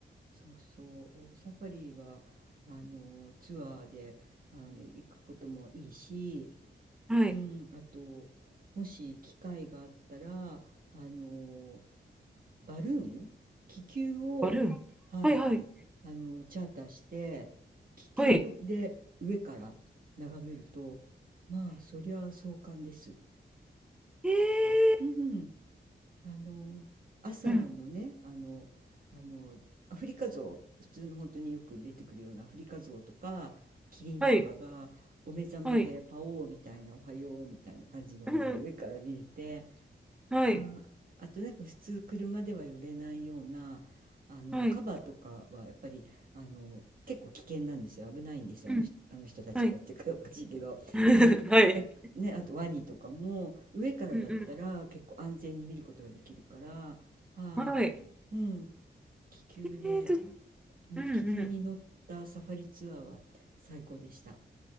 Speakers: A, on the right; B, in the centre.
A: そうそう、サファリは、あの、ツアーで、あの、行くこともいいし、
B: はい。
A: うん、あと、もし機会があったら、あの、バルーン、気球を、
B: バルーン。
A: はい、
B: はいはい。
A: あの、チャーターして、気球で上から眺めると、
B: はい。
A: まあ、そりゃ壮観です。
B: えー。
A: うんうんあの朝のねあのあのアフリカゾウ普通の本当によく出てくるようなアフリカゾウとかキリンとかがお目覚めで「パオー」みたいな「おはよう」みたいな感じのがね上から見れて
B: うん。はい。はい。うん。はい。
A: はあとなんか普通車では寄れないようなあのカバーとかはやっぱりあの結構危険なんですよ危ないんですよあの人、
B: はい。うん。
A: あの人たちもっていうか
B: はい。
A: <laughs> おかしいけど、
B: <laughs>
A: うん、
B: はい。
A: だね、あとワニとかも上からだったら結構安全に見ることができるからはい、
B: うんうん。はい。え
A: うん、気球で
B: ーと、
A: うん気球に乗ったサファリツアーは最高でした。
B: うんうん。